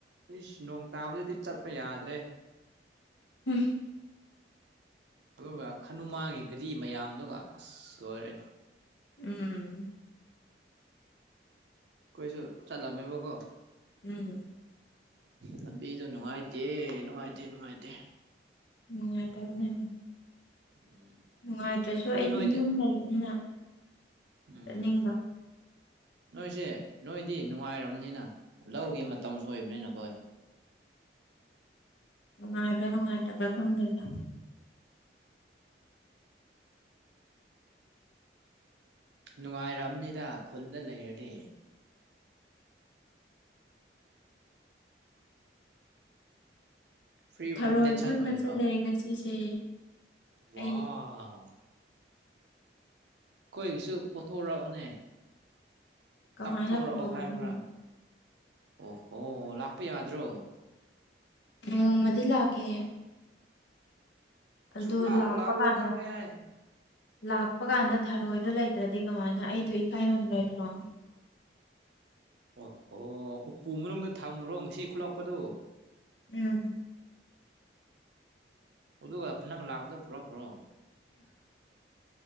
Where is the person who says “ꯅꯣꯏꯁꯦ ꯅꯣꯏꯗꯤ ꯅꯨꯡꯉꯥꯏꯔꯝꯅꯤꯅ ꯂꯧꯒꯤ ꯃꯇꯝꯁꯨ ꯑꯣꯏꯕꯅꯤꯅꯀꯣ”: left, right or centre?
Right